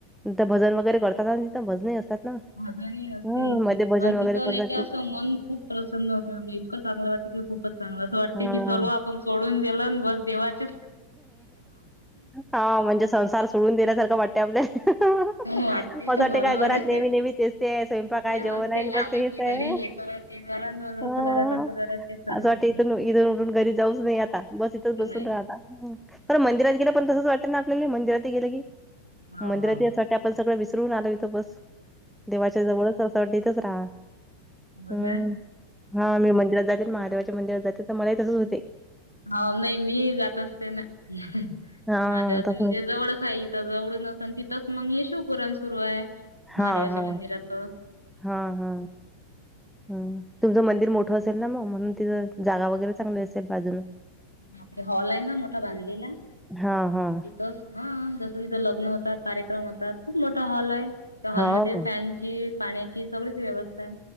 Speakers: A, in the centre; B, on the left.
A: त्या भजन वगैरे करतात आन तिथं भजनही असतात ना.
B: घरी असते
A: हं, मध्ये भजन
B: आणि
A: वगैरे
B: तिथं नाही
A: करतात
B: का
A: ते.
B: असं मन खूप प्रसन्न होते म्हटले इतकं चांगलं वाटते की खूपच चांगलं असं वाटतं
A: हां.
B: की सर्व आ पण सोडून दिलं आणि बस देवाचे
A: हा म्हणजे संसार सोडून देण्यासारखं वाटते आपल्या. असं
B: हो
A: वाटते
B: बरोबर
A: काय घरात
B: आहे.
A: नेहमी-नेहमी तेच ते स्वयंपाक आहे,
B: ते
A: जेवण आहे
B: ते
A: आणि बस
B: आलं
A: हेच
B: की घरी
A: आहे.
B: हे करा ते करा न
A: हा
B: असं करा तसं करा तेच चालू
A: असं वाटतं
B: असते.
A: इथून इथून उठून घरी जाऊच नाही आता बस इथच बसून
B: नाही.
A: राहता. पर मंदिरात गेलं पण तसच वाटतं ना आपल्याला मंदिरातही गेलं की
B: हो
A: मंदिरातही
B: हो.
A: असं वाट टते आपण सगळं विसरून आलो इथं बस देवाच्या जवळच असं वाटते इथच राहा.
B: हो
A: हम्म
B: ना
A: हा मी मंदिरात जाते ना महादेवाच्या मंदिरात जाते तर मलाही तसंच होते.
B: हाव नाही मी जात असते ना महादेवाचं
A: हा तसं
B: म्हणजे जवळच आहे इ थ जवळून नसन तिथच मंग हे शिव पुराण सुरू आहे. महादेवाच्या
A: हा हा.
B: मंदिरातच
A: हा हा हम्म तुमचं मंदिर मोठं असेल ना मग म्हणून तिथं जागा वगैरे चांगली असेल बाजूना.
B: आपले हॉल आहे ना मोठा बांधलेला
A: हां, हां.
B: ति तच हा जसं तिथं लग्न होतात, कार्यक्रम होतात खूप मोठा हॉल आहे त्या हॉलमध्ये
A: हो का?
B: फॅन ची, पाण्याची सगळीच व्यवस्था आहे.